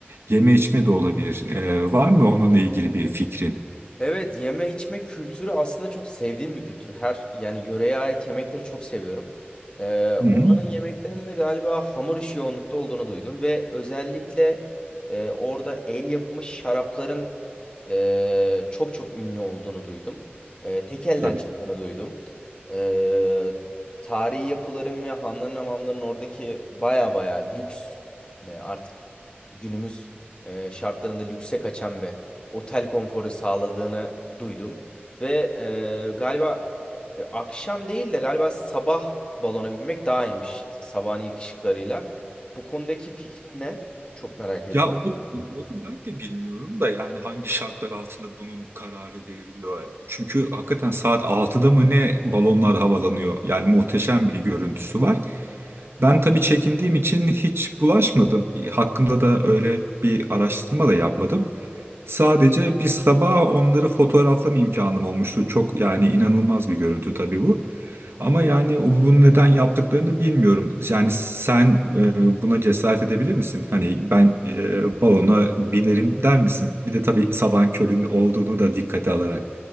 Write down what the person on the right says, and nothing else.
yeme içme de olabilir. E, var mı onunla ilgili bir fikrin?
Hı hı.
Tabii.
Ya onu, onu ben de bilmiyorum da yani hangi şartlar altında bunun kararı veriliyor. Çünkü hakikaten saat altıda mı ne balonlar havalanıyor. Yani muhteşem bir görüntüsü var. Ben tabii çekindiğim için hiç bulaşmadım. Hakkında da öyle bir araştırma da yapmadım. Sadece bir sabah onları fotoğraflama imkanım olmuştu. Çok yani inanılmaz bir görüntü tabii bu. Ama yani o- bunu neden yaptıklarını bilmiyorum. Yani sen e, buna cesaret edebilir misin? Hani ben e, balona binerim der misin? Bir de tabii sabahın körün olduğunu da dikkate alarak.